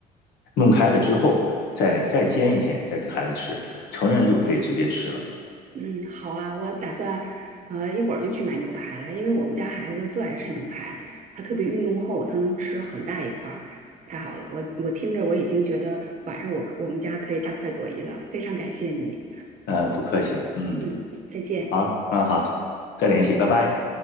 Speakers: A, on the left; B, on the right.
A: 弄开了之后，再再煎一煎，再给孩子吃。成人就可以直接吃了。
B: 嗯，好啊，我打算，呃，一会儿就去买牛排了，因为我们家孩子最爱吃牛排，他特别运动后，他能吃很大一块儿，太好了，我我听着我已经觉得晚上我可我们家可以大快朵颐了，非常感谢你，
A: 呃，不客气，嗯，
B: 嗯，再见。
A: 好，嗯好，再联系，拜拜。